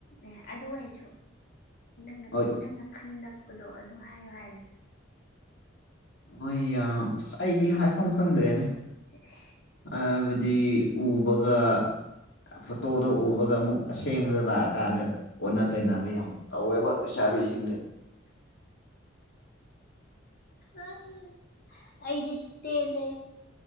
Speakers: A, on the left; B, on the left.
A: ꯑꯦ ꯑꯗꯨ ꯑꯣꯏꯁꯨ ꯅꯪꯅ
B: ꯍꯣꯏ
A: ꯅꯪꯅ ꯈꯟꯂꯛꯄꯗꯣ ꯑꯗꯨ ꯍꯥꯏꯌꯣ ꯍꯥꯏꯕꯅꯤ
B: ꯍꯣꯏ ꯌꯥꯝ ꯑꯁ ꯑꯩꯗꯤ ꯍꯥꯏꯐꯝ ꯈꯪꯗ꯭ꯔꯦꯅꯦ
A: ꯑꯁ
B: ꯍꯥꯏꯕꯗꯤ ꯎꯕꯒ ꯐꯣꯇꯣꯗ ꯎꯕꯒ ꯑꯃꯨꯛ ꯑꯁꯦꯡꯕꯗ ꯂꯥꯛꯑꯀꯥꯟꯗ ꯑꯣꯟꯅ ꯇꯩꯅꯕ ꯌꯥꯝ ꯇꯧꯋꯦꯕꯥ ꯂꯩꯁꯥꯕꯤ ꯁꯤꯡꯗꯤ
A: ꯎꯝ ꯑꯩꯗꯤ ꯇꯦꯟꯂꯦ